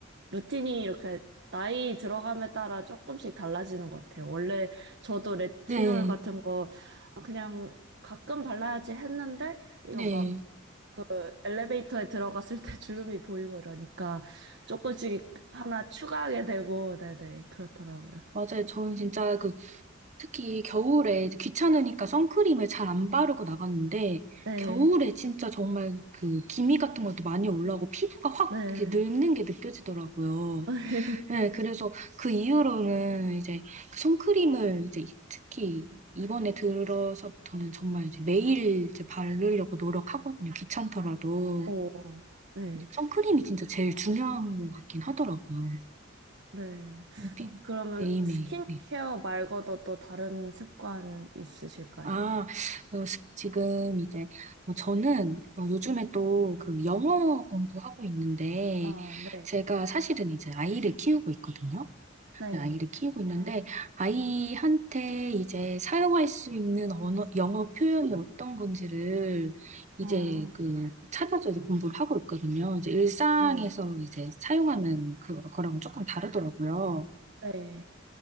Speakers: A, on the right; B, on the right.
A: 루틴이 이렇게 나이 들어감에 따라 조금씩 달라지는 것 같아요. 원래 저도 레티놀
B: 네.
A: 같은 거 아, 그냥 가끔 발라야지 했는데 이거
B: 네.
A: 막 그 엘리베이터에 들어갔을 때 주름이 보이고 이러니까 조금씩 하나 추가하게 되고, 네네, 그렇더라고요.
B: 맞아요. 저는 진짜 그 특히 겨울에 이제 귀찮으니까 선크림을 잘 안 바르고 나갔는데
A: 네,
B: 겨울에 진짜 정말 그 기미 같은 것도 많이 올라오고 피부가 확
A: 네.
B: 이렇게 늙는 게 느껴지더라고요.
A: <laughs>
B: 네, 그래서 그 이후로는 이제 그 선크림을 이제 특히 이번에 들어서부터는 정말 이제 매일 이제 바르려고 노력하거든요. 귀찮더라도
A: 어, 네,
B: 선크림이 진짜 제일 중요한 것 같긴 하더라고요.
A: 네.
B: 네, 핑-
A: 그러면
B: 매일매일.
A: 스킨케어
B: 네.
A: 말고도 또 다른 습관 있으실까요?
B: 아, 어, 스- 지금 이제, 뭐 저는 어, 요즘에 또 그 영어 공부하고 있는데,
A: 아, 네,
B: 제가 사실은 이제 아이를 키우고 있거든요.
A: 네.
B: 근데 아이를 키우고 있는데, 아이한테 이제 사용할 수 있는 언어, 영어 표현이 어떤 건지를 이제
A: 어,
B: 그 찾아서 이제 공부를 하고 있거든요. 이제 일상에서
A: 네,
B: 이제 사용하는 그, 거랑 조금 다르더라고요.
A: 네.